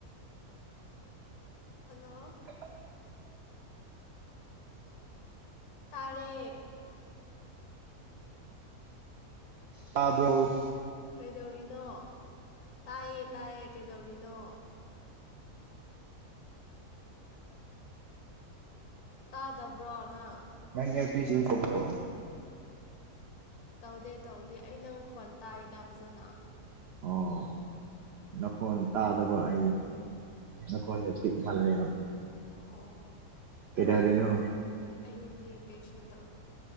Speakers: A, on the left; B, on the right.
A: ꯍꯜꯂꯣ
B: <unintelligible>
A: ꯇꯔꯦ
B: ꯇꯥꯕ꯭ꯔꯧ
A: ꯀꯩꯗꯧꯔꯤꯅꯣ ꯇꯥꯏꯌꯦ ꯇꯥꯏꯌꯦ ꯀꯩꯗꯧꯔꯤꯅꯣ ꯇꯥꯗꯕ꯭ꯔꯣꯅ
B: ꯃꯌꯥꯔ ꯄꯤꯁꯤꯎ ꯀꯣꯨꯝ꯭ꯔꯣ
A: ꯇꯧꯗꯦ ꯇꯧꯗꯦ ꯑꯩ ꯅꯪ ꯈꯣꯟ ꯇꯥꯏꯗ ꯐꯖꯅ
B: ꯑꯣ ꯅꯈꯣꯟ ꯇꯥꯗꯕ ꯑ ꯅ ꯀꯣꯟꯣꯟꯖꯄꯤꯤ ꯃꯥꯜꯂꯦꯕ
A: ꯑꯣ
B: ꯀꯦꯗꯥꯔꯤꯅꯣ
A: ꯑꯩꯗꯤ ꯀꯩꯁꯨ ꯇ